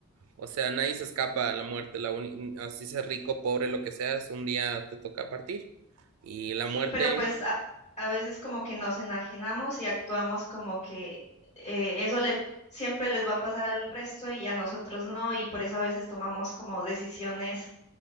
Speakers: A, on the right (about 75°); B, on the left (about 30°).
A: O sea, nadie se escapa a la muerte. La uni- así seas rico, pobre, lo que seas, un día te toca partir. Y la
B: Sí,
A: muerte
B: pero pues a, a veces como que nos enajenamos y actuamos como que eh, eso le siempre les va a pasar al resto y a nosotros no, y por eso a veces tomamos como decisiones